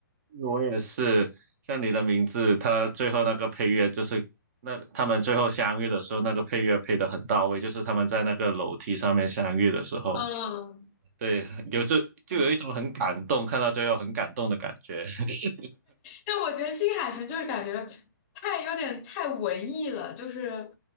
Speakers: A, on the right; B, on the left.
A: 我也是，像你的名字，他最后那个配乐就是那他们最后相遇的时候，那个配乐配得很到位，就是他们在那个楼梯上面相遇的时候，
B: <laughs> 嗯
A: 对，有这就有一种很感动，
B: 嗯
A: 看到最后很感动的感觉。<laughs>
B: 但我觉得新海诚就是感觉太有点太文艺了，就是